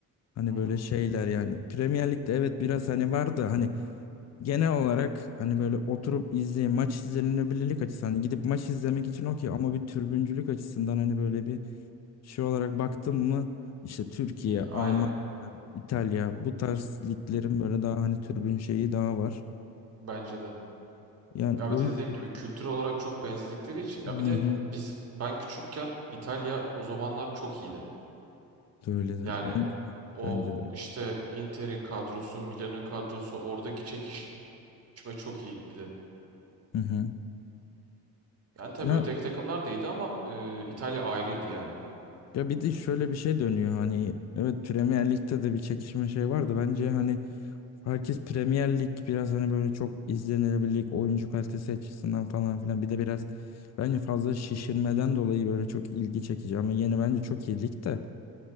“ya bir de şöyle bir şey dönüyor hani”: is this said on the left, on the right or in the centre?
Left